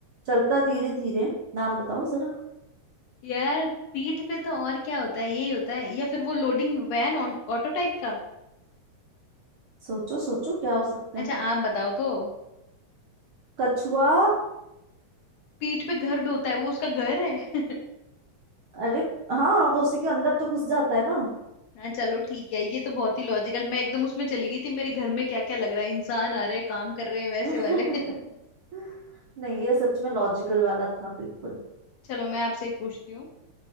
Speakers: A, on the right; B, on the left.
A: चलता धीरे धीरे नाम बताओ जरा
B: यार पीठ पे तो और क्या होता है यही होता है या फिर वो लोडिंग वैन ऑटो टाइप का
A: सोचो सोचो क्या हो सकता
B: अच्छा
A: है
B: आप बताओ तो
A: कछुआ
B: पीठ पे घर ढोता है वो उसका घर है <laughs>
A: अरे हाँ वो उसी के अंदर तो घुस जाता है ना
B: हाँ चलो ठीक है ये तो बहुत ही लॉजिकल मैं एकदम उसमें चली गई थी मेरे घर में क्या क्या लग रहा है इंसान आ रहे हैं काम कर रहे हैं वैसे
A: <laughs>
B: वाले <laughs>
A: नहीं ये सच में लॉजिकल वाला था बिल्कुल
B: चलो मैं आपसे एक पूछती हूँ